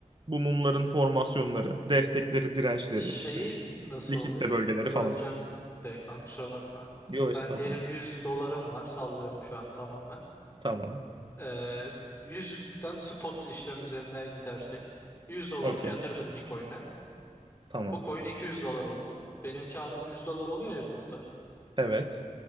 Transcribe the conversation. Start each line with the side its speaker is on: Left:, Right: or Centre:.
Right: bu mumların formasyonları, destekleri, dirençleri
Left: Şeyi
Right: işte
Left: nasıl
Right: likitte
Left: oluyor?
Right: bölgeleri
Left: Böleceğim
Right: falan.
Left: de kanka kusura bakma.
Right: Yo estağfurullah.
Left: Ben diyelim 100 dolarım var. Sallıyorum şu an tamamen.
Right: Tamam.
Left: Ee, 100'den spot işlem üzerinden gidersek. yüz dolarımı
Right: Okey.
Left: yatırdım bir coin'e.
Right: Tamam.
Left: Bu coin 200 dolar oldu. Benim karım yüz dolar oluyor ya burada.
Right: Evet.